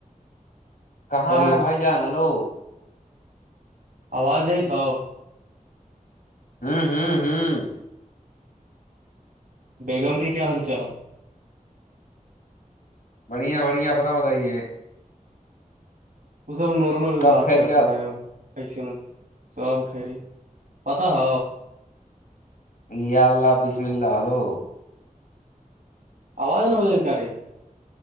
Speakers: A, on the left (about 80°); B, on the right (about 80°).
A: کہاں
B: ہیلو
A: ہے بھائی جان ہلو
B: آواز جئی تھا
A: ہوں ہوں ہ ہوں
B: بیگم کے کیا حال چال
A: بڑیا بڑیا پراؤ تائی یہ
B: اسے نارمل بھی
A: سب
B: بات
A: خیریت
B: کر سکے ہیں آپ ایسے مطلب سب خریے پتا ہ
A: یہ اللہ حا بسم اللہ ہلو
B: آواز نہ ہو جائے ا کارے